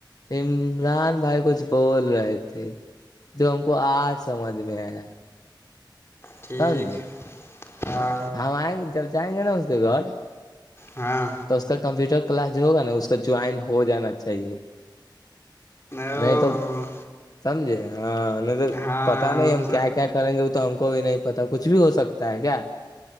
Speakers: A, on the left (about 50°); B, on the left (about 35°).
A: عمران بھائی کچھ بول رہے تھے جو ہم کو آج سمجھ میں آیا
B: ٹھیک
A: سمجھے
B: ہے، ہاں
A: ہم آئیں جب جائیں گے نا اس کے گھر
B: ہاں
A: تو اس کا کمپیوٹر کلاس جو ہوگا نا اس کا جوائن ہو جانا چاہیے
B: او
A: نہیں تو
B: ہو
A: سمجھے ہاں ہم تو
B: ہاں
A: پتا نہیں ہم کیا کیا کریں گے وہ تو ہم کو بھی نہیں پتا کچھ بھی ہو سکتا ہے کیا